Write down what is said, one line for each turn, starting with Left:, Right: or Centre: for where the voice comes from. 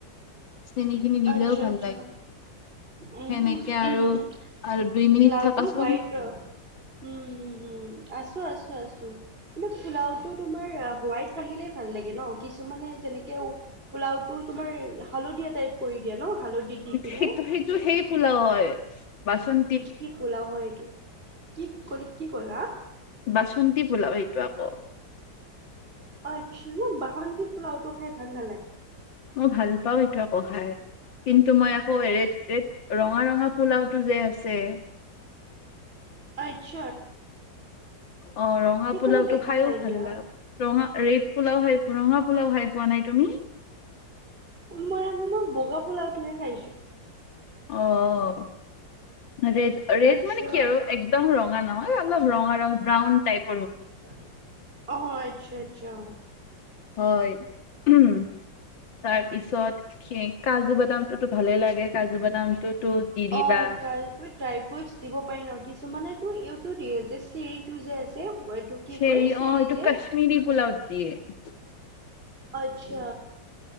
Left: চেনি খিনি দিলেও
Right: আচ্ছা
Left: ভাল
Right: আচ্ছা
Left: লাগে
Right: উ
Left: সেনেকে আৰু
Right: উ উ
Left: আৰু দুই মিনিট
Right: পোলাওটো
Left: থাকাচোন
Right: হো উম উম উম আছো আছো আছো তোমাৰ পোলাওতো তোমাৰ হোৱাইট ৰাখিলেই ভাল লাগে ন কি এই মানে যেনেকে পোলাও টো তোমাৰ হালধীয়া টাইপ কৰি দিয়া ন হালধি দি পিনে
Left: সেইটো সেইটো সেই পোলাও হয় বাচন
Right: কি পোলাও হয় কি টো কি ক'লা
Left: বাচন্তি পোলাও সেইটো আকৌ
Right: অ আচ্ছা ন বাচন্তি পোলাওটো খাই ভাল নালাগে
Left: মই ভাল পাওঁ এইতো খাই কিন্তু মই আকৌ ৰেড ৰেড ৰঙা ৰঙা পোলাওটো যে আছে
Right: অ আচ্ছ
Left: অ ৰঙা
Right: সেইটো
Left: পোলাও
Right: মই
Left: টো
Right: দেখা
Left: খাইও
Right: নাই
Left: ভাল
Right: দিয়া
Left: লাগে ৰঙা ৰেড পোলাও খাই ৰঙা পোলাও খাই পোৱা নাই তুমি
Right: মই বগা পোলাওটোহে খাইছো
Left: আহ ৰেড ৰেড
Right: আচ্ছা
Left: মানে কি আৰু একদম ৰঙা নহয় অলপ ৰঙা ৰং ব্ৰাউন টাইপ।
Right: অছ <unintelligible> আচ্ আচ্ছা <unintelligible>
Left: হয় উম, তাৰ পিছত কাজু বাদাম। দামটোতো ভালে লাগে। কাজু বাদামটোতো দি দিবা
Right: অ কাল ড্ৰাই ফ্ৰুট দিব পাৰি ন কি। কিছুমানে এইটো দিয়ে, যে চেৰিটো যে আছে। এইটো কি
Left: চেৰি
Right: কয়
Left: অ, এইটো
Right: যে
Left: কাশ্মিৰি পোলাও ত দিয়ে।
Right: আচ্ছা।